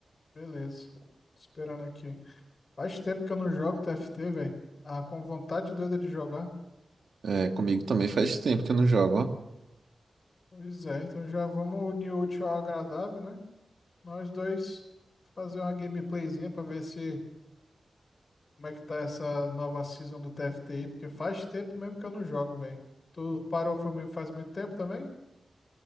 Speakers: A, on the left; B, on the right.
A: Beleza. Tô esperando aqui. Faz tempo que eu não jogo TFT, velho. Ah, com vontade doida de jogar.
B: É, comigo também faz tempo que eu não jogo, ó.
A: Pois é, então já vamos unir o útil ao agradável, né? Nós dois fazer uma gameplayzinha pra ver se como é que tá essa nova season do TFT aí, porque faz tempo mesmo que eu não jogo, velho. Tu parou foi meio- faz muito tempo também?